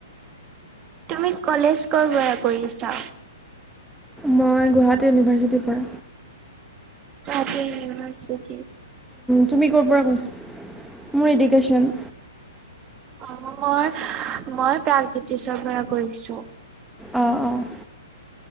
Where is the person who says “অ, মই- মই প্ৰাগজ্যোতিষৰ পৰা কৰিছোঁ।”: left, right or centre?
Right